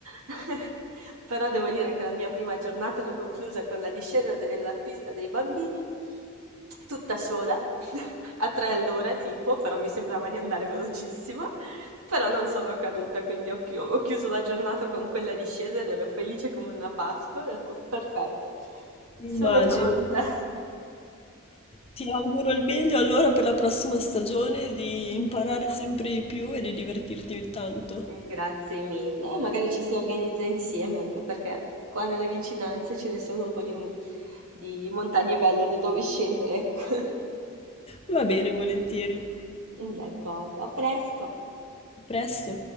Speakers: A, on the right; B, on the left.
A: <laughs> Però devo dire che la mia prima giornata l'ho conclusa con la discesa della pista dei bambini, tutta sola, <laughs> a tre all'ora tipo, però mi sembrava di andare velocissima, però non sono caduta, quindi ho, chi- ho chiuso la giornata con quella discesa ed ero felice come una Pasqua, ho detto perfetto, sono
B: Immagino.
A: pronta.
B: Ti auguro il meglio allora per la prossima stagione di
A: <laughs>
B: imparare sempre di più e di divertirti tanto.
A: Mm, Grazie mille, magari ci si organizza insieme anche perché qua nelle vicinanze ce ne sono un po' di, di montagne belle da dove scendere. ecco.
B: Va bene, volentieri.
A: <laughs> D'accordo, a presto.
B: A presto.